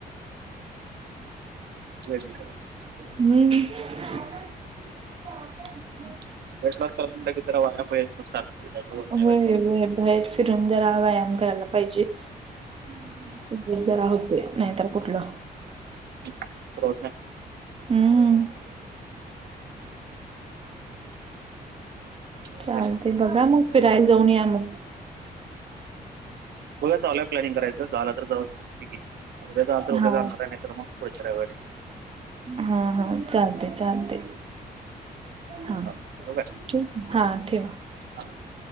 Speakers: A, on the right; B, on the right.
A: <unintelligible>
B: हम्म.
A: <unintelligible> वाया पाहिजे सारख भेटायचं होत नाही
B: होय
A: वाटतं.
B: बाहेर फिरून जरा व्यायाम करायला पाहिजे. <unintelligible> जरा होते, नाही तर कुठलं
A: <unintelligible>
B: हम्म
A: नाही
B: चालतय. बघा मग, फिरायला जाऊन या मग.
A: हो, चालूय प्लॅनिंग करायचं, झालं तर जाऊ <unintelligible> उद्या झाल तर उद्या
B: हा.
A: जाणार आहे, नाही तर मग पुढच्या रविवारी.
B: हा हा, चालतय चालते. हा,
A: चालतं ठेवू काय
B: ठेवू का? हा, ठेवा.
A: <unintelligible>